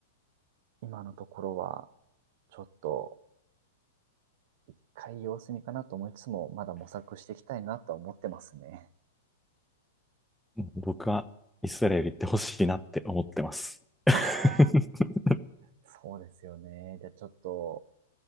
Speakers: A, on the right (about 55°); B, in the centre.
A: 今のところは、ちょっと、一回様子見かなと思いつつも、まだ模索していきたいなとは思ってますね。
B: 僕はイスラエル行ってほしいなって思ってます。<laughs>
A: <laughs> そうですよね。じゃあちょっと、